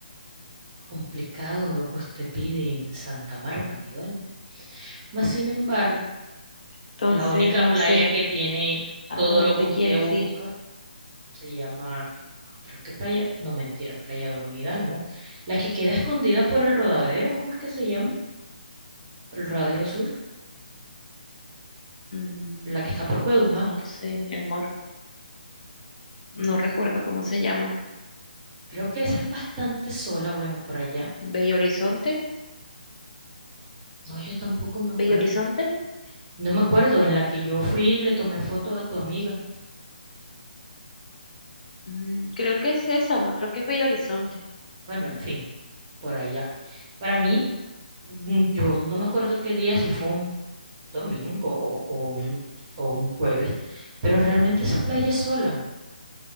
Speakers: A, on the right (about 20°); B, on the left (about 50°).
A: Complicado lo que usted pide en Santa Marta, mi doña. Mas, sin embargo,
B: Entonces,
A: la única
B: no
A: playa
B: sé
A: que tiene
B: a
A: todo
B: dónde
A: lo que usted
B: quieres
A: busca
B: ir.
A: se llama, creo que playa, no mentira, playa dormida, no. La que queda escondida por el rodadero, ¿cómo es que se llama? Por el rodadero sur,
B: Mm,
A: la que está por Cuedumac.
B: no sé, mi amor, no recuerdo cómo se llama.
A: Creo que esa es bastante sola, bueno, por allá.
B: Bello Horizonte,
A: No, yo tampoco me acuerdo.
B: Bello Horizonte.
A: No me acuerdo, en la que yo fui y le tomé foto a tu amiga.
B: Mm, creo que es esa, amor, creo que es Bello Horizonte.
A: Bueno, en fin, por allá. Para mí, mm, yo no me acuerdo qué día, si fue un domingo o, o un, o un jueves, pero realmente esa playa es sola